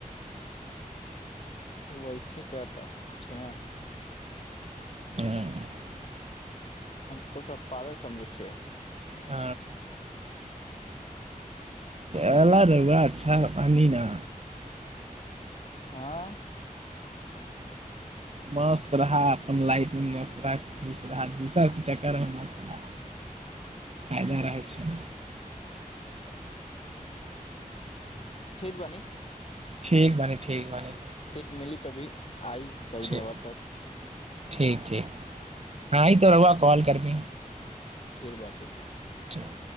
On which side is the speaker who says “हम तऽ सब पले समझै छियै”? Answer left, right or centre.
Left